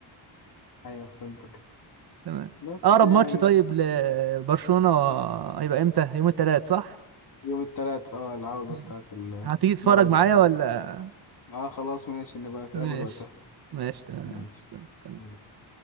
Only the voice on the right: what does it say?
تمام
اقرب
ماتش طيب لبرشلونة هيبقى امتى يوم الثلاث صح
مم.
هتيجي تتفرج
معايا ولا
ماشي
ماشي ماشي تمام
سلام